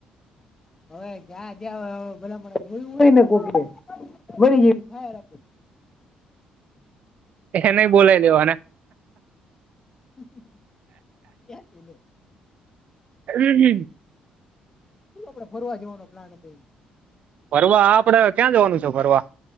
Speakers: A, on the left (about 20°); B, on the right (about 50°).
A: હવે જ્યા જ્યા હવે બધા જોયું હોયને કોક બની જવી થાય રાત
B: એને બોલાય લેવાના
A: <inaudible>
B: હમ હમ
A: આપડે ફરવા જવાનો પ્લાન હતો એ
B: ફરવા આપડે ક્યાં જવાનું છે ફરવા